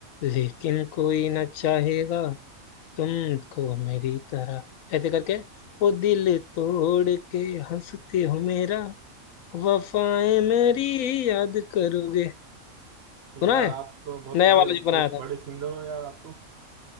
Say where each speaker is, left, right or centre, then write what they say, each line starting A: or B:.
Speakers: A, on the left; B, on the right.
A: लेकिन कोई न चाहेगा तुमको मेरी तरह ऐसे करके वो दिल तोड़ के हंसते हो मेरा वफाएं मेरी याद करोगे
B: यार
A: सुना है
B: आप तो बहुत
A: नया
B: बड़े
A: वाला
B: बहुत
A: जो बनाया था
B: बड़े सिंगर हो यार आप